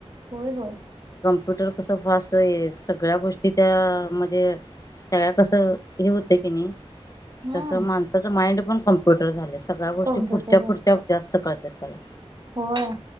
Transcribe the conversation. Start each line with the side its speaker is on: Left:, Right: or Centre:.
Right: होय होय.
Left: ट्विटर कस फास्ट आहे सगळ्या गोष्टी त्या मध्ये सगळ्या कसं हे होतं की नाही
Right: हम्म
Left: तस माणसाचं माइंड पण कम्प्युटर झालं सगळ्या गोष्टी
Right: कॉम्प्युटर
Left: पुढच्या पुढच्या जास्त कळतात त्याला.
Right: होय.